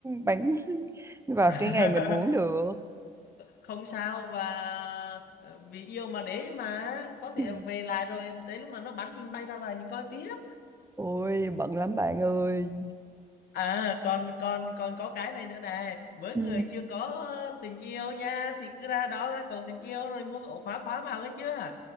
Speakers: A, on the right; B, on the left.
A: bánh <laughs> vào
B: <laughs>
A: cái ngày mình muốn được
B: không sao và ờ, vì yêu mà để mà có
A: Ừ.
B: thể về lại rồi đến lúc nào nó bắn mình bay ra lại mình coi tiếp
A: ôi bận lắm bạn ơi
B: à còn còn còn có cái này nữa này với
A: Ừ.
B: người chưa có tình yêu nha thì cứ ra đó ra cầu tình yêu rồi mua cái ổ khóa khóa vào cái chưa